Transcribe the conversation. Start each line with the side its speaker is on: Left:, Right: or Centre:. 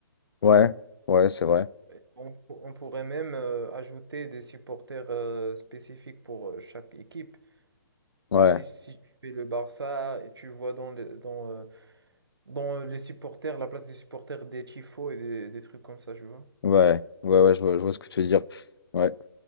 Left: Ouais, ouais, c'est vrai.
Right: Et On, pour- on pourrait même euh, ajouter des supporters euh, spécifiques pour euh, chaque équipe. Comme
Left: Ouais,
Right: si, si tu fais le Barça et tu vois dans, le- dans, euh, dans les supporters, la place des supporters des tifos et des, des trucs comme ça, tu vois.
Left: ouais, ouais, ouais, je vois, je vois ce que tu veux dire. Ouais.